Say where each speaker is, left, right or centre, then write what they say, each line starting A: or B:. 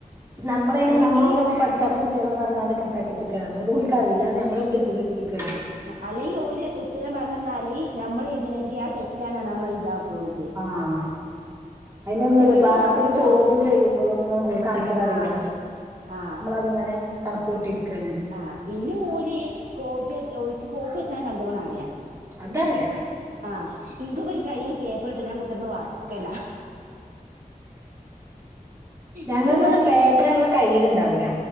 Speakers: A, on the right; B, on the right.
A: നമ്മളയിന്
B: അല്ലെങ്കിൽ
A: നമ്മളോലപ്പൊ പടിച്ചാത്ത കുട്ടികളാണ് നറഞ്ഞാണ്ട് <unintelligible> അതുകൊണ്ട് ഉൽ കറിലാന്ന് നമ്മളും തെറ്റിദ്ധരിച്ചിക്കാണ്
B: അല്ലെങ്കി ഓല് ഉത്തരം പറഞ്ഞന്നാല് നമ്മളെ ഇതിനെങ്കി ആഹ് തെറ്റണ നമ്മള ഇതാക്കോൽത്
A: ആഹ് <unintelligible>
B: ഓൽക്കാ
A: ക്ലാസ്സില്
B: മാർക്ക് ഉണ്ടാവും
A: ചോദ്യം ചെയ്യുമ്പോളും ഓൽകാ ആൻസർ അറിയില്ല
B: ആഹ് ആഹ്
A: അത്ങ്ങനെ കണക്ക് കൂട്ടിരിക്കാണ്
B: ആഹ് പിന്നെ ഓല് കോപ്പി അടിച്ച ഓൽക്ക് കോപ്പി അടിച്ച നല്ലോണം അറിയാ
A: അതറിയ
B: ആഹ് ഇൻകിപ്പൊ ഒരു കയ്യില് പേപ്പർ കിട്ട്യാ ഞാൻ കുത്തർന്ന് വറക്കലാ
A: ഞങ്ങളതെല്ലാം
B: ഇൻക്ക് കാരണം
A: പേപ്പർ ഞങ്ങളെ കയ്യ്ല്ണ്ടാവൂല